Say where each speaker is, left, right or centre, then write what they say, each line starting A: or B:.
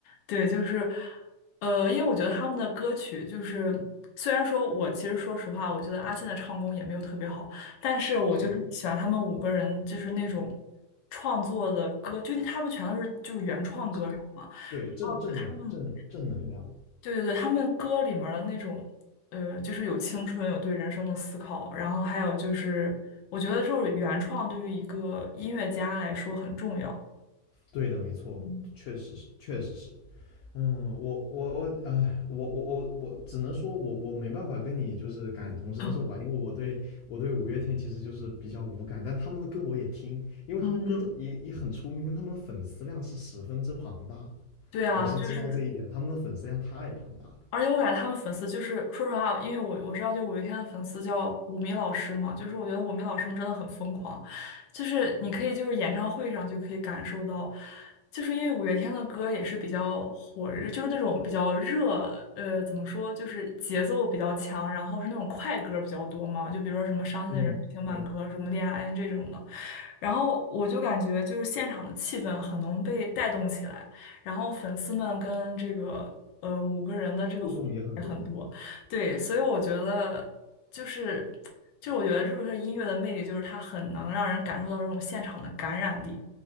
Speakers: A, on the left (about 85°); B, on the left (about 70°).
A: 对，就是，呃，因为我觉得他们的歌曲就是，虽然说我其实说实话，我觉得阿信的唱功也没有特别好，但是我就特别喜欢他们五个人，
B: 是，
A: 就是那种创作的歌，就是他们全都是就是原创歌手嘛。
B: 正对正正量正正能量，
A: 然后就他们对对对，他们歌里面儿的那种，呃，就是有青春，有对人生的思考，然后还有就是，我觉得就是原创对于一个音乐家来说很重要。
B: 对的，没错，
A: 嗯
B: 确实是，确实是。嗯，我我我啊、我我我我只能说我我没办法跟你就是感同身受吧，
A: <laughs>
B: 因为我对我对五月天其实就是比较无感，但他们的歌我也听，因为他们歌都也也很出名，
A: 嗯，
B: 他们的粉丝量是十分之庞大的，
A: 对啊，
B: 我是知道这一点，
A: 就是
B: 他们的粉丝量太庞大了。
A: 而且我感觉他们粉丝就是说实话，因为我我知道，就五月天的粉丝叫五迷老师嘛，就是我觉得五迷老师们真的很疯狂，就是你可以就是演唱会上就可以感受到，就是因为五月天的歌也是比较火热，就是那种比较热，呃，怎么说，就是节奏比较强，然后是那种快歌比较多嘛，就比如说什么伤心的人听慢歌，
B: 嗯，对，
A: 什么恋爱 ING 这种的。然后我就感觉就是现场的气氛很能被带动起来，然后粉丝们跟这个呃五个人的这个互动也很多，
B: 互动也很多嘛，
A: 对，所以我觉得就是就是我觉得这个是音乐的魅力，就是它很能让人感受到这种现场的感染力，